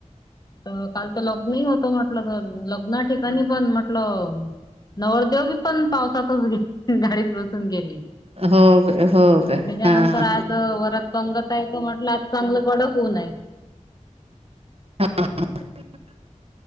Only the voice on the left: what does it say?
तर काल तर लग्नही होत म्हटलं तर लग्ना ठिकाणी पण म्ह लं नवदेव पण पावसातच गाडीत बसून गेले
आणि त्याच्यानंतर
आज वरात पंगत आहे तो म्ह लात चांगलं कडक होऊनय <inaudible> <unintelligible>